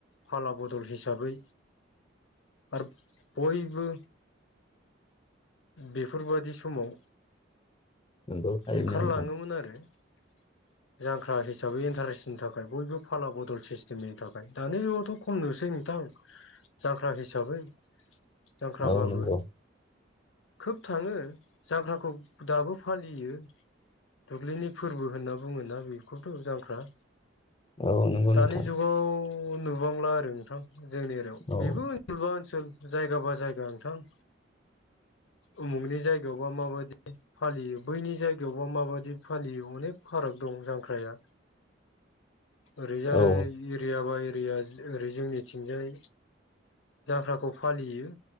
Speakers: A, on the left (about 85°); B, on the left (about 25°).
A: फाला बदल हिसाबै आरो बयबो बेफोरबादि समाव
B: नंगौ थारैनो
A: ओंखारलाङोमोन।
B: नोंथां
A: आरो। <unintelligible>
B: <inaudible>
A: जांख्रा हिसाबै इन्टारेस्टनि थाखाय बयबो फाला बदल सिस्टेमनि थाखाय दानि बेथ' खमनोसै नोंथां।
B: <inaudible>
A: जांख्रा हिसाबै जांख्राबाबो
B: औ नंगौ
A: खोब थाङो जांख्राखौ दाबो फालियो। दुब्लिनि फोरबो होनना बुङोना बेखौथ' जांख्रा
B: औ नंगौ
A: दानि
B: नोंथां
A: जुगाव नुबांला आरो नोंथां जोंनि एरियाव
B: औ
A: बेबो ओनसोलबा ओनसोल जायगा बा जायगा नोंथां। उमुगनि जायगायावबा माबायदि फालियो बैनि जायगायावबा माबायदि फालियो अनेक फाराग दं जांख्राया ओरैजाय
B: औ
A: एरिया बाय। एरिया ओरै जोंनिथिंजाय जांक्राखौ फालियो